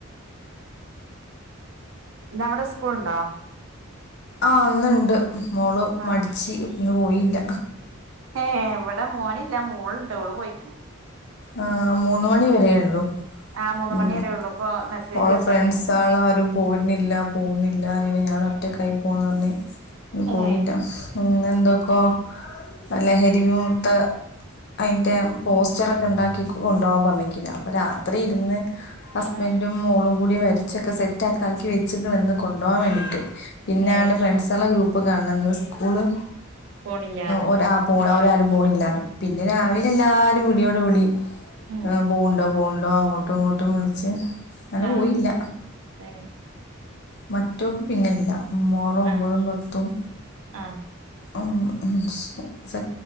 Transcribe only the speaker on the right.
ഇന്ന എവിടെ സ്കൂൾുണ്ടോ
ആഹ്
ഏ ഇവിടെ മോന ഇല്ല മുകളൾുണ്ടോള് പോയിക്കുന്നു
ആ മൂന്ന്
മണി വരേ ഉള്ളൂ ഇപ്പൊ മെസ്സേജ്
വന്ന്
ഏ
ആ
ഏ
പോണില്ലാന്ന്
ആ
ഉം
ആ
ഏ ഏ
ആ
ആ